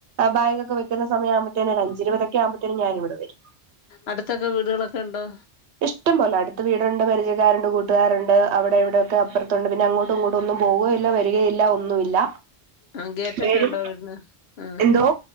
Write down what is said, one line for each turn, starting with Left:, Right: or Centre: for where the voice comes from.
Right: ബാഗൊക്കെവെക്കുന്നസമയ ആവുമ്പത്തേ അഞ്ചേ ഇര് ബത് ആവുമ്പത്തേന് ഞാനിവിടെവരും
Left: അടുത്തൊക്കെ വീടുകളൊക്കെണ്ടോ
Right: ഇഷ്ടം പോലെ അടുത്ത വീടുണ്ട് പരിചയക്കാരുണ്ട് കൂട്ടുകാരുണ്ട് അവിടെ എവിടെയൊക്കെ അപ്പുറത്തുണ്ട് പിന്നെ അങ്ങോട്ടു ഇങ്ങോ ഒന്നും പോകുകയില്ല വരിക ഇല്ല ഒന്നുല്ല
Left: ആഹ് ഗേറ്റൊക്കെ
Right: വരും
Left: ഉണ്ടോ വീടിന് ആഹ്
Right: എന്തോ